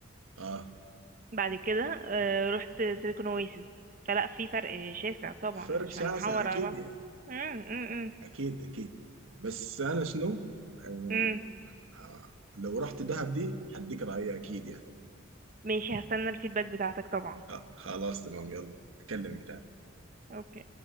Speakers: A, on the right; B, on the right.
A: اه
B: بعد كده آه رحت سيليكون اويسيس فلا في فرق شاسع طبعا
A: فرق
B: مش
A: شاسع
B: هنحور
A: اكيد
B: على بعض
A: يعني
B: امم امم
A: اكيد اكيد بس انا شنو آه،
B: امم
A: آه، لو رحت دهب دي هديك رأيي اكيد يعني
B: ماشي هستنى الفيدباك بتاعتك طبعا
A: خ- خلاص تمام يلا اكلمك تاني
B: اوكي